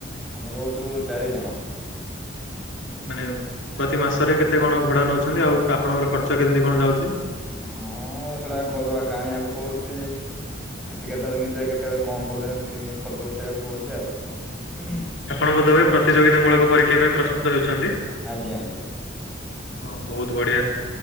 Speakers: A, in the centre; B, on the left (about 70°).
A: ଆମେ ରହୁଛୁ ଚାରିଜଣ।
B: ମାନେ ପ୍ରତି ମାସରେ କେତେ କଣ ଭଡ଼ା ନେଉଛନ୍ତି? ଆଉ ଆପଣଙ୍କର ଖର୍ଚ୍ଚ କେମିତି କଣ ଯାଉଛି?
A: ହଁ ସେଇଟା ଘରୁଆକା ଆଣିବାକୁ ପଡୁଛି। ଏମିତି କେତେବେଳେ ନିଜେ କେତେବେଳେ କଣ କଲେ, ଏମିତି ଖର୍ଚ୍ଚ ଉଠେଇବାକୁ ପଡୁଛି ଆଉ ଉ ଉ।
B: ଆପଣ ବୋଧହୁଏ ପ୍ରତିଯୋଗିତା ମୂଳକ ପରୀକ୍ଷା ପାଇଁ ପ୍ରସ୍ତୁତ ହେଉଛନ୍ତି?
A: ଆଜ୍ଞା ଆଜ୍ଞା।
B: ହଁ ବହୁତ ବଢିଆ।